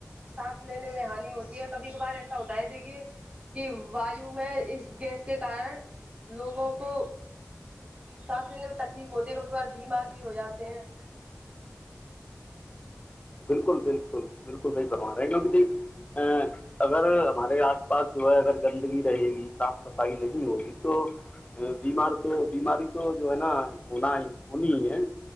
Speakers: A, on the right; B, on the left.
A: سانس لینے میں ہانی ہوتی ہے اور تبھی کبھار ایسا ہوتا ہے کہ کہ وایو میں اس گیس کے کارن لوگوں کو سانس لینے میں تکلیف ہوتی ہے کبھی کبھار بیمار بھی ہو جاتے ہیں
B: بالکل بالکل بالکل بھائی بنوا رہے ہیں کیونکہ جائی
A: ج <inaudible>
B: اگر ہمارے آس پاس جو ہے اگر گندگی رہے گی صاف صفائی نہیں ہوگی تو بیمار تو بیماری تو جو ہے نا ہونا ہی ہونی ہی ہے